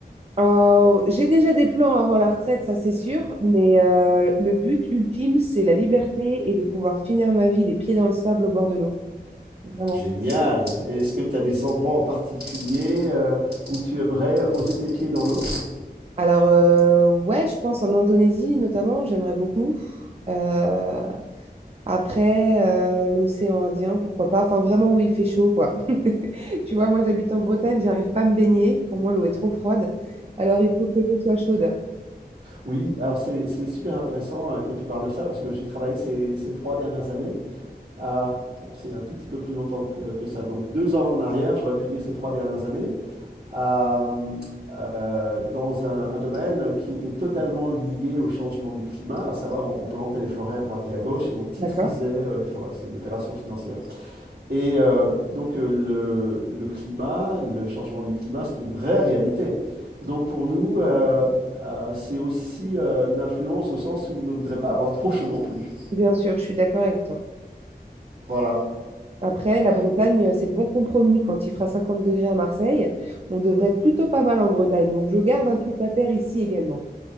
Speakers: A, on the right; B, on the right.
A: Euh, j'ai déjà des plans avant la retraite, ça c'est sûr, mais euh, le but ultime, c'est la liberté et de pouvoir finir ma vie les pieds dans le sable au bord de l'eau. Vraiment.
B: Génial. Est-ce que tu as des endroits en particulier euh, où tu aimerais euh, poser tes pieds dans l'eau?
A: Alors, euh, ouais, je pense en Indonésie notamment, j'aimerais beaucoup. Euh, Après, euh, l'océan Indien, pourquoi pas. Enfin, vraiment où il fait chaud, quoi. <laughs> Tu vois, moi, j'habite en Bretagne, j'arrive pas à me baigner. Pour moi, l'eau est trop froide. Alors, il faut que l'eau soit chaude.
B: Oui, alors c'est c'est super intéressant euh, que tu parles de ça parce que j'ai travaillé ces, ces trois dernières années. à- bon, c'est un tout petit peu plus longtemps que, que ça. Donc deux ans en arrière, j'aurais pu dire ces trois dernières années, à, euh, dans un, un domaine qui était totalement lié au changement du climat, à savoir on, on plantait les forêts à droite et à gauche et on titrisait
A: D'accord?
B: euh, les forêts. C'est une opération financière. Et euh, donc euh, le, le climat, le changement du climat, c'est une vraie réalité. Donc pour nous, euh, euh, c'est aussi euh, une influence au sens où on ne voudrait pas avoir trop chaud non plus.
A: Bien sûr, je suis d'accord avec toi.
B: Voilà.
A: Après, la Bretagne, euh, c'est le bon compromis. Quand il fera 50 degrés à Marseille, on devrait être plutôt pas mal en Bretagne. Donc, je garde un pied à terre ici également.